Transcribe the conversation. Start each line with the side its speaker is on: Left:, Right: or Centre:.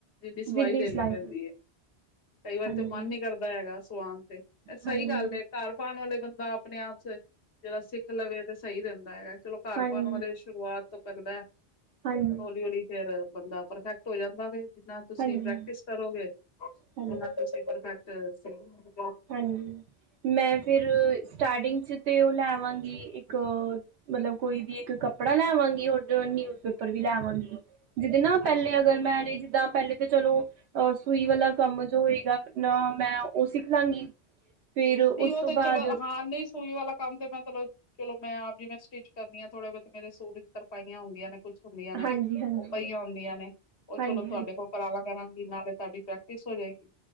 Left: ਉਨੀ ਸਵਾਈ
Right: ਜਿੰਨੀ
Left: ਦੇਣੀ
Right: ਸਿਲਾਈ
Left: ਪੈਂਦੀ ਏ। ਕਈ ਵਾਰੀ
Right: ਹਾਂਜੀ
Left: ਤੇ ਮਨ ਨੀ ਕਰਦਾ ਹੈਗਾ ਸਵਾਨ ਤੇ, ਸਹੀ
Right: ਹਾਂਜੀ
Left: ਗੱਲ ਹੈ ਘਰ ਪਾਉਣ ਵਾਲੇ ਬੰਦਾ। ਆਪਣੇ ਆਪ ਚ ਜਿਹੜਾ ਸਿੱਖ ਲਵੇ ਤੇ ਸਹੀ ਰਹਿੰਦਾ ਏ। ਚਲੋ ਘਰ
Right: ਹਾਂਜੀ
Left: ਪਾਣ ਵਾਲੇ ਦੀ ਸ਼ੁਰੂਆਤ ਤੋਂ ਕਰਦਾ ਐ।
Right: ਹਾਂਜੀ।
Left: ਹੌਲੀ -ਹੌਲੀ ਫੇਰ ਬੰਦਾ ਪਰਫੈਕਟ ਹੋ ਜਾਂਦਾ ਵੇ। ਤੁਸੀਂ
Right: ਹਾਂਜੀ
Left: ਪ੍ਰੈਕਟਿਸ ਕਰੋ ਗਏ, ਤੁਸੀਂ
Right: ਹਾਂਜੀ
Left: ਪਰਫੈਕਟ ਸੀਓ ਗੇ।
Right: ਹਾਂਜੀ ਮੈਂ ਫਿਰ। ਸਟਾਰਟਿੰਗ ਚ ਤੇ ਉਹ ਲੈਵਾਂਗੀ ਇੱਕ ਮਲਬ ਕੋਈ ਵੀ ਇੱਕ ਕੱਪੜਾ ਲੈਵਾਂਗੀ <unintelligible> ਨਿਊਜ਼ਪੇਪਰ ਵੀ ਲੈਆਵਾਂਗੀ ਜਿਦੇ ਨਾ
Left: ਹਾਂ
Right: ਪਹਿਲੇ ਅਗਰ ਮੈਂ ਨੇ ਜਿੱਦਾਂ ਪਹਿਲੇ ਤਾਂ ਚਲੋ। ਅਹ ਸਈ ਵਾਲਾ ਕੰਮ ਜੋ ਹੋਏਗਾ, ਨਾ ਮੈਂ ਉਹ ਸਿੱਖ ਲਾਂਗੀ। ਫਿਰ ਉਸ
Left: ਨਹੀਂ ਉਹ
Right: ਤੋਂ
Left: ਤੇ
Right: ਬਾਅਦ
Left: ਚਲੋ ਹਾਂ ਨਹੀਂ ਸੂਈ ਵਾਲਾ। ਕੰਮ ਤੇ ਮੈਂ ਚਲੋ- ਚਲੋ ਮੈਂ ਆਪ ਈ ਮੈਂ ਸਟਿਚ ਕਰਨੀ ਆਂ ਥੋੜ੍ਹੇ ਬਹੁਤ ਮੇਰੇ ਸੂਟ ਦੀ ਤਰਪਾਈਆਂ ਹੁੰਦੀਆਂ ਨੇ। ਕੁਛ ਹੁੰਦੀਆਂ ਨੇ
Right: ਹਾਂਜੀ ਹਾਂਜੀ
Left: ਉਹ ਪਈਆਂ ਹੁੰਦੀਆਂ ਨੇ ਉਹ
Right: ਹਾਂਜੀ
Left: ਚਲੋ ਤੁਹਾਡੇ
Right: ਹਾਂਜੀ
Left: ਕੋਲ। ਕਰਾਲਾ ਕਰਾਂਗੀ ਨਾਲੇ ਤੁਹਾਡੀ ਪ੍ਰੈਕਟਿਸ ਹੋ ਜਾਏਗੀ